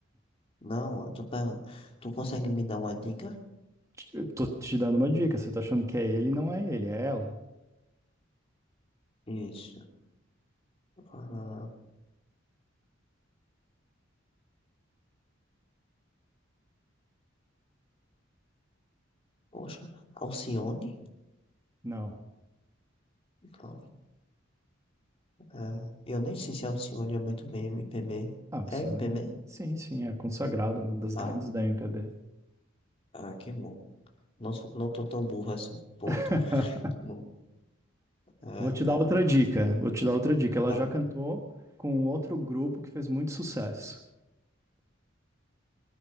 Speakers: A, on the left; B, on the right.
A: Não, eu tô perguntando. Tu consegue me dar uma dica?
B: Te- Tô te dando uma dica, você tá achando que é ele, não é ele, é ela.
A: Isso. Ah, poxa, Alcione?
B: Não.
A: Não, é, eu nem sei se Alcione é muito bem MPB.
B: Ah, Alcione.
A: É MPB?
B: Sim, sim, é consagrada, uma das
A: Ah,
B: grandes da MPB.
A: ah, que bom. Não, sou- não tô tão burro assim. Ponto.
B: <laughs>
A: Tá Bom, é,
B: Vou te dar
A: é,
B: outra dica, vou te dar outra dica. Ela
A: tá
B: já
A: bom.
B: cantou com um outro grupo que fez muito sucesso.